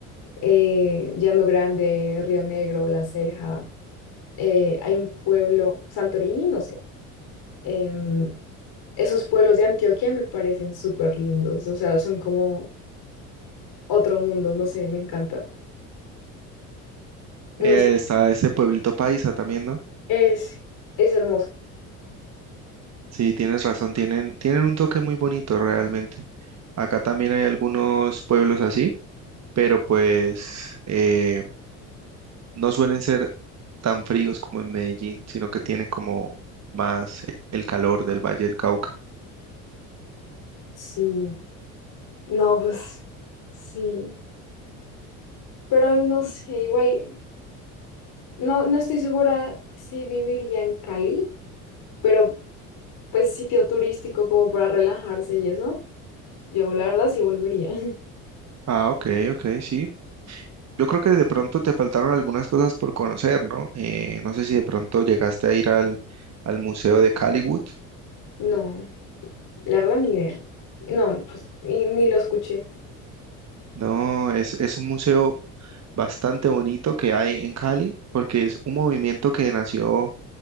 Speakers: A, on the left; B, on the right.
A: eh, Llano Grande, Río Negro, La Ceja. eh, hay un pueblo, Santorini, no sé. em, esos pueblos de Antioquia me parecen súper lindos, o sea, son como otro mundo, no sé, me encanta. No
B: Eh,
A: sé,
B: está ese pueblito paisa también, ¿no?
A: es, es hermoso.
B: Sí, tienes razón. Tienen, tienen un toque muy bonito realmente. Acá también hay algunos pueblos así, pero pues eh, no suelen ser tan fríos como en Medellín, sino que tienen como más el calor del Valle del Cauca.
A: Sí, no, pues sí, pero no sé, igual, no, no estoy segura si viviría en Cali, pero pues sitio turístico como para relajarse y eso, yo la verdad sí volvería. <laughs>
B: Ah, ok, ok, sí. Yo creo que de pronto te faltaron algunas cosas por conocer, ¿no? Eh, no sé si de pronto llegaste a ir al, al Museo de Caliwood.
A: No, la verdad ni idea. No, pues ni, ni lo escuché.
B: No, es, es un museo bastante bonito que hay en Cali, porque es un movimiento que nació